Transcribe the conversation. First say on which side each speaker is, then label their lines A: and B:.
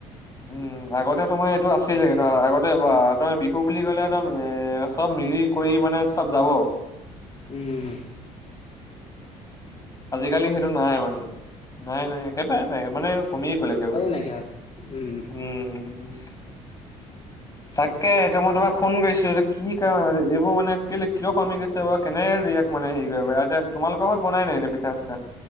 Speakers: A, on the left; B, on the left.
A: উম, আগতে তোমাৰ এইটো আছিলে কিন্তু আগতে তোমাৰ বিহু বুলি ক'লে একদম এ, চব মিলি কৰি মানে চব যাব।
B: উম।
A: আজিকালি সেইটো নাই মানে, নাই নাই একেবাৰে নাই মানে কমিয়ে গ'ল একেবাৰে।
B: নাইকিয়া হ'ল উম
A: উম। তাকে এতিয়া মই তোমাক ফোন কৰিছিলোঁ, কি এইবোৰ মানে কি কিয় কমি গৈছে আছে বাৰু কেনেকে ৰিয়েক্ট মানে হেৰি কৰিবা, একে তোমালোকৰ ঘৰত বনাই নাই এনেই পিঠা চিঠা?